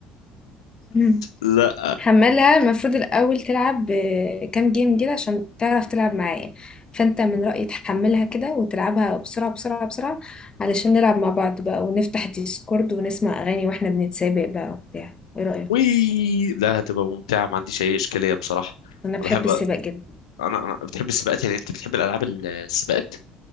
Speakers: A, on the left (about 30°); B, on the left (about 80°).
A: <laughs>
B: لا
A: حملها المفروض الأول تلعب آه، كام جيم كده عشان تعرف تلعب معايا فأنت من رأيي تحملها كده وتلعبها بسرعة بسرعة بسرعة علشان نلعب مع بعض بقى ونفتح ديسكورد ونسمع أغاني وإحنا بنتسابق بقى وبتاع إيه رأيك؟
B: وي لا هتبقى ممتعة ما عنديش أي إشكالية بصراحة
A: أنا بحب
B: أنا بحب
A: السباق جدا
B: أنا أنا بتحب السباقات يعني أنت بتحب الألعاب ال- السباقات